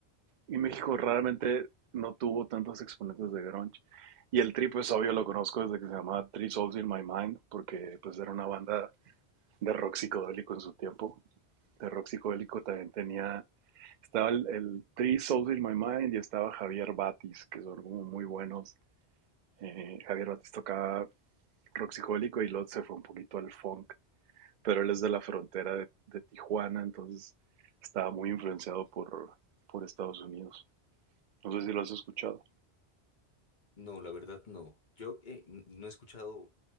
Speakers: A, on the right; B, on the left.
A: Y México raramente no tuvo tantos exponentes de grunge. Y el Tri, pues obvio lo conozco desde que se llamaba Three Souls in My Mind, porque pues era una banda de rock psicodélico en su tiempo. De rock psicodélico también tenía, estaba el, el Three Souls in My Mind y estaba Javier Batis, que son como muy buenos. Eh, Javier Batis tocaba rock psicodélico y luego se fue un poquito al funk, pero él es de la frontera de, de Tijuana, entonces estaba muy influenciado por, por Estados Unidos. No sé si lo has escuchado.
B: No, la verdad no. Yo eh, n- no he escuchado